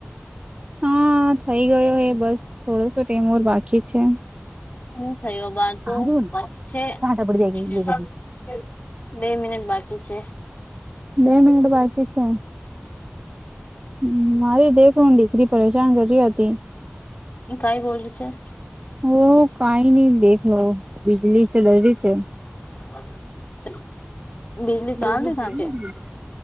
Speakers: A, on the right; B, on the left.
A: હા થઈ ગયો એ બસ થોડોસો ટેમ ઓર બાકી છે.
B: હું થયો બાતો
A: આર્યન
B: પતશે.
A: કાંટા
B: <inaudible>
A: પડ જાયગ એ કભી
B: બે મિનિટ બાકી છે.
A: બે મિનિટ બાકી છે?
B: હમ
A: હમ મારી દેખું ન દીકરી પરેશાન કર રી હતી.
B: કાઈ બોલી છે?
A: ઓ કાઈ ની દેખલો બીજલી છે જરૂરી છે.
B: <inaudible> બીજલી
A: <unintelligible>
B: ચાલે તા કે